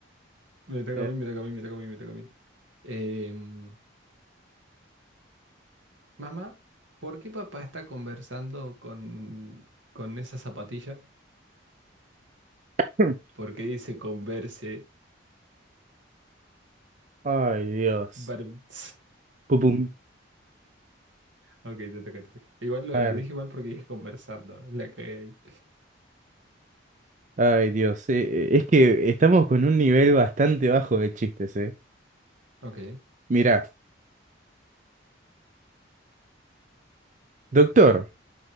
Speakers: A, on the right; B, on the right.
A: Me toca
B: eh,
A: a mí, me toca a mí, me toca a mí, me toca a mí. Em, mamá, ¿por qué papá está conversando con, con esa zapatilla?
B: <clears throat>
A: Porque dice converse.
B: Ay, Dios.
A: Barum, ts. <laughs>
B: Pum, pum.
A: Ok, te toca, te toca. Igual lo,
B: A ver.
A: lo dije mal porque dije conversando. La que hay.
B: Ay, Dios. eh, eh, es que estamos con un nivel bastante bajo de chistes, ¿eh?
A: Ok,
B: Mirá, doctor,